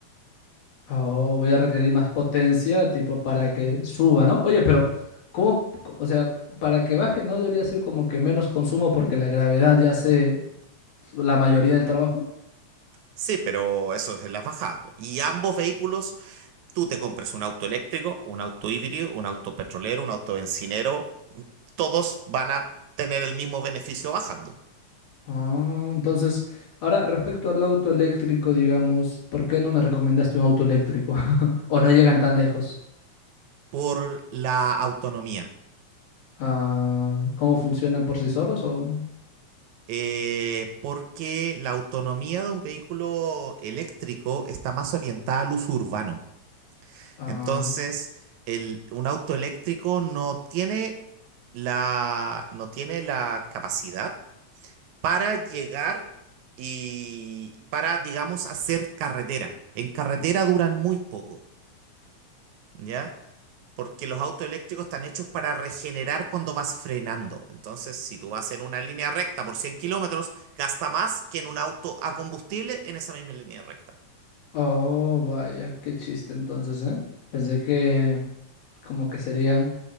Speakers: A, on the left; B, on the right.
A: Oh, voy a requerir más potencia, tipo, para que suba, ¿no? Oye, pero, ¿cómo? co- O sea, para que baje, ¿no debería ser como que menos consumo porque la gravedad ya hace la mayoría del trabajo?
B: Sí, pero eso es en las bajadas. po. Y ambos vehículos, tú te compres un auto eléctrico, un auto híbrido, un auto petrolero, un auto bencinero, todos van a tener el mismo beneficio bajando
A: Ah, entonces, ahora respecto al auto eléctrico, digamos, ¿por qué no me recomendaste un auto eléctrico? <laughs> ¿O no llegan tan lejos?
B: por la autonomía.
A: Ah, ¿cómo funcionan por sí solos? O,
B: Eh, porque la autonomía de un vehículo eléctrico está más orientada al uso urbano.
A: ah,
B: Entonces, el- un auto eléctrico no tiene la, no tiene la capacidad para llegar y para, digamos, hacer carretera. En carretera duran muy poco, ¿ya? porque los autos eléctricos están hechos para regenerar cuando vas frenando. Entonces, si tú vas en una línea recta por 100 kilómetros, gasta más que en un auto a combustible en esa misma línea recta.
A: oh, vaya, qué chiste entonces, ¿eh? Pensé que como que serían